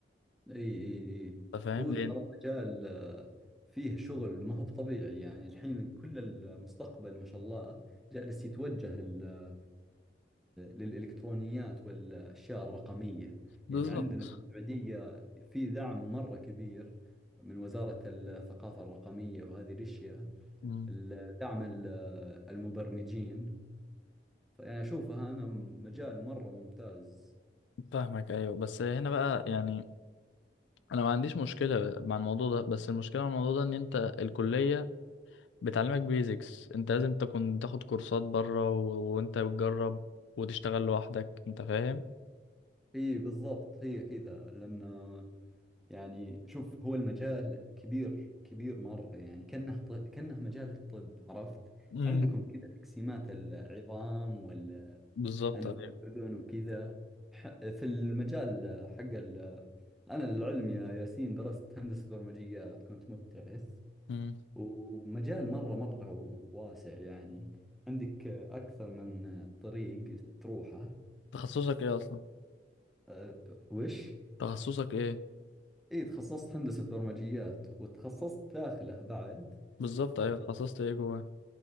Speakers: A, in the centre; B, on the left (about 85°).
A: اي اي اي
B: انت فاهم
A: هو ترى
B: ليه؟
A: مجال آه، فيه شغل ما هو بطبيعي يعني الحين كل المستقبل ما شاء الله جالس يتوجه ال- للإلكترونيات والأشياء الرقمية
B: بالظبط
A: يعني عندنا في السعودية في دعم مرة كبير من وزارة الثقافة الرقمية وهذه الأشياء
B: مم.
A: ال- دعم ال- المبرمجين فيعني أشوفها أنا مجال مرة ممتاز
B: فاهمك ايوه بس هنا بقى يعني انا ما عنديش مشكلة مع الموضوع ده بس المشكلة مع الموضوع ده ان انت الكلية بتعلمك بيزكس انت لازم تكون تاخد كورسات بره و... وانت بتجرب وتشتغل لوحدك انت فاهم
A: إي بالضبط هي كذا لأن يعني شوف هو المجال كبير كبير مرة يعني كأنه ط... كأنه مجال الطب عرفت
B: امم
A: عندكم كذا تقسيمات العظام
B: بالظبط
A: أنف
B: ايوه
A: الأذن وكذا ح- في المجال حق ال... أنا للعلم يا ياسين درست هندسة برمجيات كنت مبتعث
B: امم
A: ومجال مرة مرة واسع يعني عندك أكثر من طريق تروحه
B: تخصصك ايه اصلا
A: أه، وش؟
B: تخصصك ايه
A: اي تخصصت هندسة برمجيات وتخصصت داخله بعد
B: بالظبط
A: أه،
B: ايوه تخصصت ايه جوه